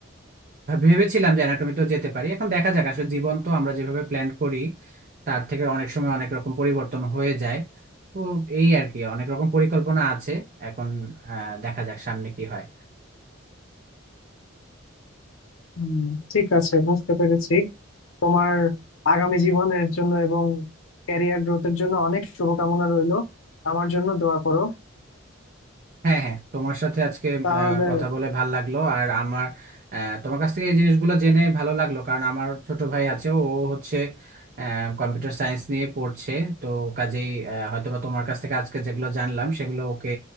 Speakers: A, on the right; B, on the left.
A: আম, ভেবেছিলাম যে অ্যানাটমিতেও যেতে পারি এখন দেখা যাক আসলে জীবন তো আমরা যেভাবে প্ল্যান করি তার থেকে অনেক সময় অনেক রকম পরিবর্তন হয়ে যায় তো এই আর কি অনেক রকম পরিকল্পনা আছে এখন আহ, দেখা যাক সামনে কি হয়
B: হম ঠিক আছে বুঝতে পেরেছি তোমার আগামী জীবনের জন্য এবং ক্যারিয়ার গ্রোথের জন্য অনেক শুভকামনা রইলো আমার জন্য দোয়া করো
A: হ্যাঁ হ্যাঁ তোমার সাথে আজকে
B: তাহলে
A: আহ, কথা বলে ভাল লাগলো আর আমার আহ, তোমার কাছ থেকে এই জিনিসগুলো জেনে ভালো লাগলো কারণ আমার ছোট ভাই আছে ও হচ্ছে কম্পিউটার সায়েন্স নিয়ে পড়ছে তো কাজেই আহ, হয়তোবা তোমার কাছ থেকে আজকে যেগুলো জানলাম সেগুলো ওকে